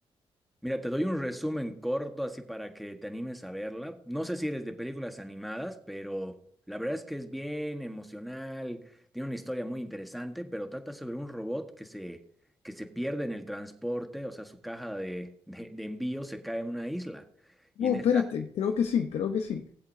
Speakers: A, in the centre; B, on the left.
A: Mira, te doy un resumen corto así para que te animes a verla. No sé si eres de películas animadas, pero la verdad es que es bien emocional, tiene una historia muy interesante, pero trata sobre un robot que se, que se pierde en el transporte, o sea, su caja de, de, de envío se cae en una isla. Y
B: Oh,
A: en esta
B: espérate, creo que sí, creo que sí.